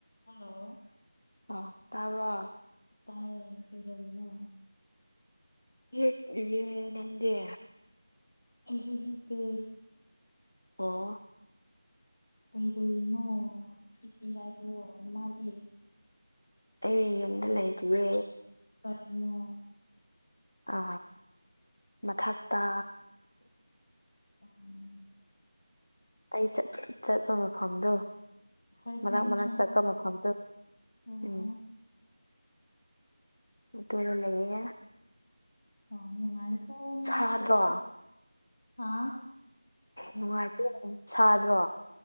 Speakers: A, on the left; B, on the left.
A: ꯍꯜꯂꯣ
B: ꯑꯣ ꯇꯥꯕ꯭ꯔꯣ
A: ꯇꯥꯏ ꯀꯩꯗꯧꯔꯤꯅꯣ
B: ꯌꯦꯛ <unintelligible> ꯅꯪꯗꯤ
A: ꯑꯩꯖꯨ ꯍꯤꯞꯄꯦ
B: ꯑꯣ
A: ꯀꯩꯗꯧꯔꯤꯅꯣ ꯊꯤꯞꯄꯤ ꯍꯥꯏꯕ꯭ꯔꯣ ꯅꯃꯗꯤ
B: ꯑꯩ ꯌꯨꯝꯗ ꯂꯥꯏꯇꯤꯌꯦ
A: ꯀꯔꯤꯅꯣ
B: ꯑ ꯃꯊꯛꯇ
A: <inaudible>
B: ꯑꯩ ꯆꯠ ꯆꯠꯄ ꯃꯐꯝꯗꯣ
A: ꯍꯣꯏ
B: ꯃꯅꯥꯛ
A: ꯈꯪꯉꯤ
B: ꯃꯅꯥꯛ
A: ꯈꯪꯉꯤ
B: ꯆꯠꯄ ꯃꯐꯝꯗꯣ
A: ꯑꯣ
B: ꯎꯝ
A: ꯑꯣ
B: ꯗꯨꯔ ꯂꯩꯌ‌ꯦ
A: ꯍ ꯅꯨꯡꯉꯥꯏꯈꯔꯥꯅꯤ
B: ꯁꯥꯗ꯭ꯔꯣ
A: ꯃꯤ ꯃꯆꯥꯗꯤ ꯍꯥ
B: ꯅꯨꯡꯉꯥꯏꯇꯦ ꯁꯥꯗ꯭ꯔꯣ